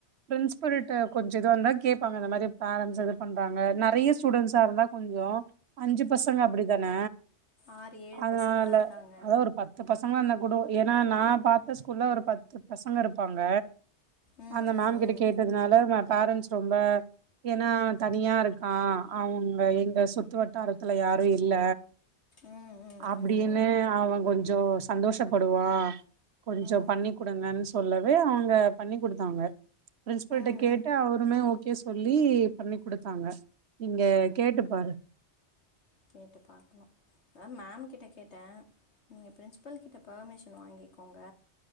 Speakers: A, on the right; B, on the left.
A: பிரின்ஸுபிள்கிட்ட கொஞ்சோ இதா இருந்தா கேப்பாங்க இந்த மாரி பேரன்ட்ஸு இது பண்றாங்க நெறைய ஸ்டூடெண்ட்ஸா இருந்தா கொஞ்சோ அஞ்சு பசங்க அப்டித்தான
B: ஆறு ஏழு
A: அதுனால
B: பசங்க தான் இருக்காங்க
A: அதா ஒரு பத் பத்து பசங்கலா இருந்தா குடு ஏனா நா பாத்த ஸ்கூல்ல ஒரு பத்து பசங்க இருப்பாங்க
B: ம்
A: அந்த
B: ம்
A: மேம் கிட்ட
B: ம்
A: கேட்டதுனால இவெ பேரண்ட்ஸ் ரொம்ப ஏனா தனியா இருக்கா அவுங்க எங்க சுத்து வட்டாரத்துல யாரு இல்ல
B: ம் ம்
A: அப்டினு அவெ கொஞ்சோ சந்தோஷப்படுவா கொஞ்ச
B: ம் ம் ம்
A: பண்ணி குடுங்கன் சொல்லவே அவுங்க பண்ணி குடுத்தாங்க பிரின்ஸ்பில்கிட்ட
B: ம் ம்
A: கேட்டு அவருமே ஓகே சொல்லி பண்ணி குடுத்தாங்க நீங்க கேட்டு பாரு
B: நேத்து பார்க்கணும் அதா மேம் கிட்ட கேட்டே நீங்க பிரின்ஸ்பல் கிட்ட பர்மிஷன் வாங்கிக்கோங்க